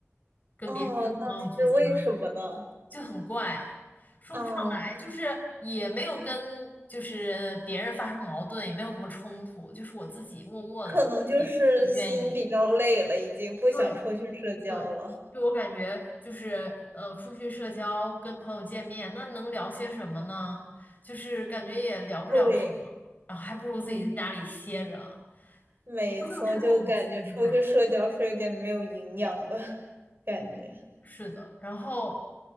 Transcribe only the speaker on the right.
哦，那是为什么呢？
啊，
可能就是心比较累了，已经不想出去社交了。
对，
嗯，没错，
就感觉出去社交是有点没有营养的 <laughs> 感觉。